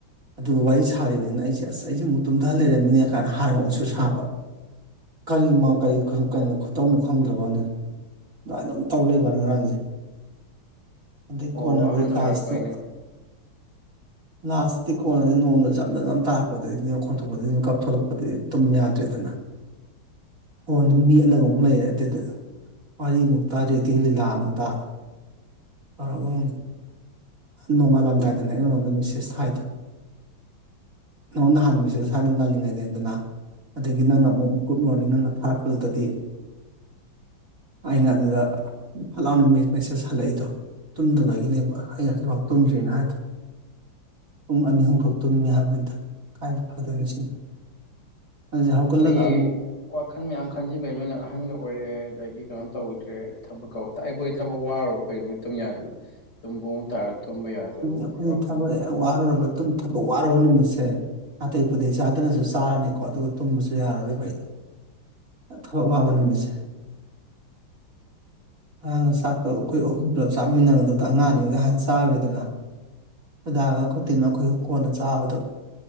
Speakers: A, on the right (about 40°); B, on the left (about 55°).
A: ꯑꯗꯨꯒ ꯋꯥꯔꯤ ꯁꯥꯔꯤꯕꯅꯤꯅ ꯑꯩꯁꯦ ꯑꯁ ꯑꯩꯁꯦ ꯑꯃꯨꯛ ꯇꯨꯝꯊꯍ ꯂꯩꯔꯝꯃꯤꯅꯦ ꯀꯥꯏꯗ ꯍꯥꯏꯔꯒ ꯑꯃꯨꯛꯁꯨ ꯁꯥꯕ ꯀꯔꯤ ꯀꯔꯤ ꯀꯣ ꯈꯨꯇꯧꯅꯣ ꯈꯪꯗ꯭ꯔꯕꯅ ꯑꯗꯨꯃꯥꯏꯅ ꯑꯗꯨꯝ ꯇꯧ ꯂꯩꯕꯅꯤ ꯉꯔꯥꯡꯁꯦ ꯑꯗꯨꯗꯩ
B: ꯑꯣ
A: ꯀꯣꯟꯅꯗꯤ
B: ꯑꯍꯟ ꯑꯣꯏꯔꯛꯄꯩꯅꯦ
A: ꯂꯥꯁꯇ ꯂꯥꯁꯇꯗꯤ ꯀꯣꯟꯅꯅꯤ ꯅꯣꯡꯃꯗ ꯖꯝ ꯖꯝ ꯇꯥꯔꯛꯄꯗꯒꯤꯗꯤ ꯈꯣꯟ ꯊꯣꯛꯣꯛꯄꯗꯒꯤ ꯃꯤꯀꯞ ꯊꯣꯛꯂꯛꯄꯗꯗꯤ ꯑꯗꯨꯨꯝ ꯌꯥꯗ꯭ꯔꯦꯗꯅ ꯐꯣꯟꯗꯨ ꯃꯦꯠꯂꯒ ꯑꯃꯨꯛ ꯂꯩꯔꯦ ꯑꯗꯨꯗ ꯋꯥꯔꯤ ꯑꯃꯨꯛꯇ ꯔꯦꯗꯤꯑꯣ ꯂꯤꯂꯥ ꯑꯃꯨꯛꯇ ꯇꯧꯔꯒ ꯑꯃꯨꯛ ꯅꯣꯡꯉꯥꯜꯂꯝꯗꯥꯏꯗꯅ ꯑꯩꯉꯣꯟꯗ ꯃꯦꯁꯦꯖ ꯊꯥꯏꯗꯣ ꯅꯉꯣꯟꯗ ꯍꯥꯟꯅ ꯃꯦꯁꯦꯖ ꯊꯥꯏꯗꯨꯅ ꯉꯜꯂꯤꯉꯩꯗꯒꯤꯗꯅ ꯑꯗꯒꯤ ꯅꯪꯅ ꯑꯃꯨꯛ ꯒꯨꯗ ꯃꯣꯔꯅꯤꯡ ꯑꯅ ꯊꯥꯔꯛꯄꯗꯨꯗꯗꯤ ꯑꯩꯅ ꯑꯗꯨꯗ ꯐꯠ ꯂꯥꯎꯅ ꯃꯦꯁꯦꯖ ꯍꯜꯂꯛꯏꯗꯣ ꯇꯨꯝꯗꯕꯒꯤꯅꯦꯕ ꯑꯩ ꯍꯧꯖꯤꯛꯐꯥꯎ ꯇꯨꯝꯗ꯭ꯔꯤꯑꯅ ꯍꯥꯏꯗꯣ ꯄꯨꯡ ꯑꯅꯤ ꯑꯍꯨꯝꯈꯥꯛ ꯇꯨꯝꯃꯦ ꯍꯥꯏꯕꯅꯤꯗ ꯀꯥꯏꯗ ꯐꯗꯣꯏꯅꯣ ꯁꯤꯅ <unintelligible>
B: ꯑꯩꯈꯣꯏꯒꯤ ꯋꯥꯈꯜ ꯃꯌꯥꯝ ꯈꯟꯖꯕꯩ ꯅꯣꯏꯅ ꯑꯍꯟꯒ ꯑꯣꯏꯔꯦꯗꯒꯤ ꯀꯩꯅꯣ ꯇꯧꯗ꯭ꯔꯦ ꯊꯕꯛ ꯑꯩꯈꯣꯏ ꯊꯕꯛ ꯋꯥꯔꯨꯕ ꯀꯩꯗꯧꯕꯩ ꯇꯝ ꯌꯥꯔꯤꯅꯣ ꯇꯝ ꯇꯥꯔ ꯇꯨꯝꯕ ꯌꯥꯗꯕ
A: ꯑꯈꯣꯏ
B: ꯋꯥꯈꯜ
A: ꯊꯕꯔ ꯑꯣꯏ ꯑꯗꯨꯝ ꯊꯕꯛ ꯋꯥꯔꯨꯔꯕ ꯅꯨꯃꯤꯠꯁꯦ ꯑꯅꯥꯇꯩ ꯄꯨꯗꯩ ꯆꯥꯗꯅꯁꯨ ꯆꯥꯔꯅꯤꯀꯣ ꯑꯗꯨꯒ ꯇꯨꯝꯕꯁꯨ ꯌꯥꯔꯣꯏ ꯑꯩ ꯊꯕꯛ ꯋꯥꯕ ꯅꯨꯃꯤꯠꯁꯦ ꯑꯉꯥꯡꯅ ꯆꯥꯛꯇꯣ ꯑꯩꯈꯣꯏ ꯑꯍꯨꯝ ꯄꯨꯂꯞ ꯆꯥꯃꯤꯟꯅꯕꯗꯨꯗ ꯑꯉꯥꯡꯅꯤ ꯍꯥꯟꯅ ꯆꯥꯔꯨꯔꯦ ꯑꯗꯨꯅ ꯈꯨꯣꯏꯗꯥꯒ ꯈꯨꯗꯤꯦꯝꯃꯛ ꯑꯩꯈꯣꯏꯁꯨ ꯀꯣꯟꯅ ꯆꯥꯕꯗꯣ